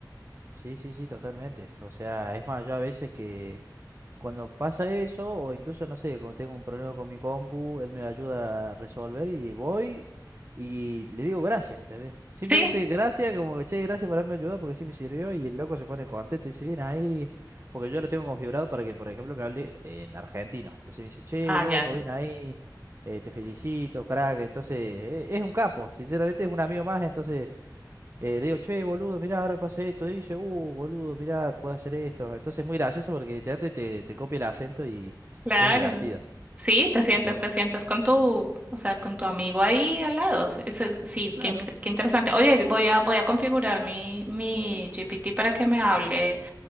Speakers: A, on the right; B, on the right.
A: Sí, sí, sí, totalmente. O sea, es más, yo a veces que Cuando pasa eso, o incluso, no sé, cuando tengo un problema con mi compu, él me lo ayuda a resolver y voy y le digo gracias, ¿entendés? Simplemente
B: Sí.
A: gracias, como que che, gracias por haberme ayudado porque sí me sirvió y el loco se pone contento y dice, bien ahí, porque yo lo tengo configurado para que, por ejemplo, me hable en argentino. Entonces me dice, che,
B: Ah,
A: loco,
B: ya.
A: bien ahí, eh, te felicito, crack. Entonces, eh, es un capo, sinceramente es un amigo más, entonces... Eh, le digo, che, boludo, mirá, ahora pasa esto. Y dice, uh, boludo, mirá, puedo hacer esto. Entonces es muy gracioso porque literalmente te, te copia el acento y
B: Claro.
A: es divertido.
B: Sí, te sientas,
A: Pero,
B: te sientas con tu, o sea, con tu amigo ahí al lado. Es- es- sí,
A: Claro.
B: qué, imp- qué interesante. Oye, voy a, voy a configurar mi, mi GPT para que me hable